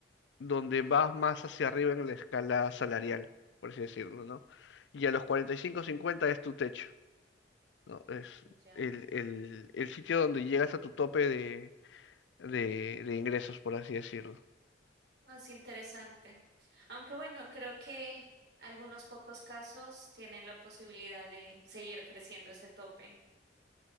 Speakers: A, on the left; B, on the right.
A: donde vas más hacia arriba en la escala salarial, por así decirlo, ¿no? Y a los 45 50 es tu techo, ¿no? Es
B: Ya.
A: el, el, el sitio donde llegas a tu tope de, de, de ingresos, por así decirlo.
B: Es interesante. Aunque bueno, creo que algunos pocos casos tienen la posibilidad de seguir creciendo ese tope.